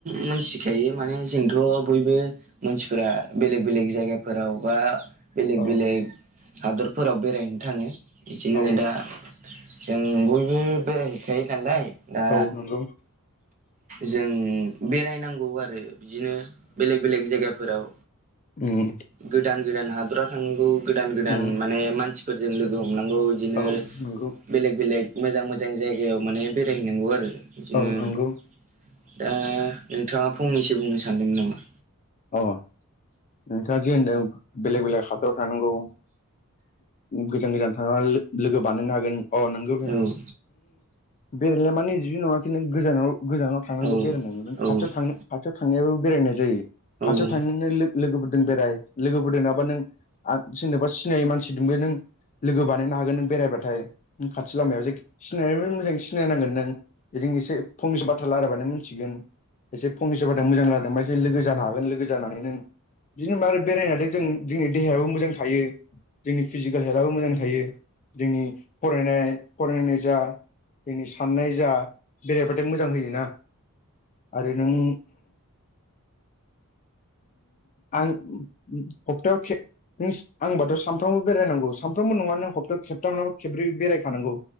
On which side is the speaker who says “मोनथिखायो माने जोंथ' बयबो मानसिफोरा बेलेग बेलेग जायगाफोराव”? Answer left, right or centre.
Right